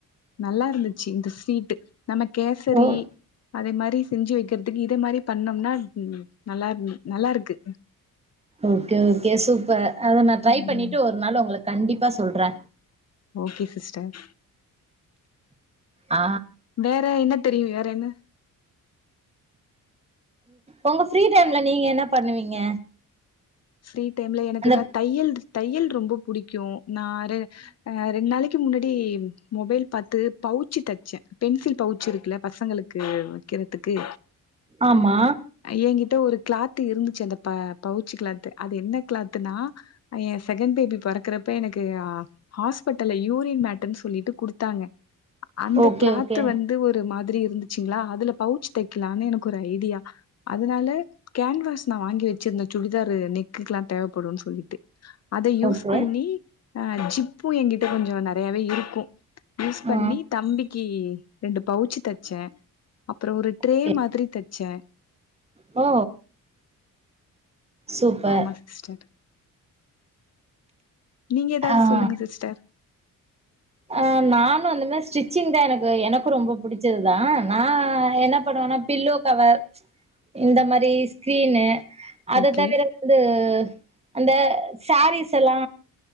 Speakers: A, on the left (about 50°); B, on the right (about 20°).
A: நல்லா இருந்துச்சு இந்த ஸ்வீட்டு நம்ம கேசரி
B: ஓ
A: அதே மாரி செஞ்சு வக்கிறதுக்கு இத மாரி பண்ணோம்னா நல்லா இருந் நல்லாருக்கு
B: ஓகே ஓகே சூப்பர் அத நா ட்ரை
A: ம்
B: பண்ணிட்டு ஒரு நாள் உங்களுக் கண்டிப்பா சொல்றே
A: ஓகே சிஸ்டர்
B: ஆ
A: வேற என்ன தெரியு வேற என்ன
B: ஒங்க ஃப்ரீ டைம்ல நீங்க என்ன பண்ணுவீங்க
A: ஃப்ரீ டைம்ல எனக்கு
B: அந்த
A: தா தையல் தையல் ரொம்ப புடிக்கு நாரு அ ரெண்டு நாளைக்கு முன்னாடி மொபைல் பாத்து பவுச்சு த ச்சே பென்சில் பவுச்சு இருக்குல பசங்களுக்கு வக்கிறதுக்கு
B: ஆமா.
A: ஏன்கிட்ட ஒரு கிளாத்து இருந்துச்சு அந்த ப பவுச்சு கிளாத்து அது என்ன கிளாத்துன்னா அ என் செகண்ட் பேபி பொறக்குறப்ப எனக்கு ஹாஸ்பிட்டல்ல யூரின் மேட்டுன் சொல்லிட்டு குடுத்தாங்க அந்த
B: ஓகே
A: கிளாத்து
B: ஓகே.
A: வந் து ஒரு மாதிரி இருந்துச்சுங்களா அதுல பவுச்சு தைக்லான்னு எனக்கு ஒரு ஐடியா அதுனால கேன்வாஸ் நா வாங்கி வச்சிருந்தே சுடிதார் ரு நெக்குக்லா தேவப்படுன்னு சொல்லிட்டு அத யூஸ்
B: ஓகே.
A: பண்ணி அ ஜிப்பு என்கிட்ட கொஞ்ச நெறையாவே இருக்கு யூஸ் பண்ணி
B: ஆ
A: தம்பிக்கு ரெண்டு பவுச்சு தச்சே அப்புறோ ஒரு ட்ரே
B: ஓகே.
A: மாதிரி தச்சே
B: ஓ சூப்பர்.
A: ஆமா சிஸ்டர் நீங்க எதாவது
B: ஆ.
A: சொல்லுங்க சிஸ்டர்
B: ஆ நானு அந்த மாரி ஸ்டிச்சிங் தா எனக்கு எனக்கு ரொம்ப புடிச்சது தா நா என்ன பண்ணுவனா பில்லோ கவர் இந்த மாரி ஸ்கிரீனு அது
A: ஓகே
B: தவிர ந்து அந்த சாரீஸ் எல்லா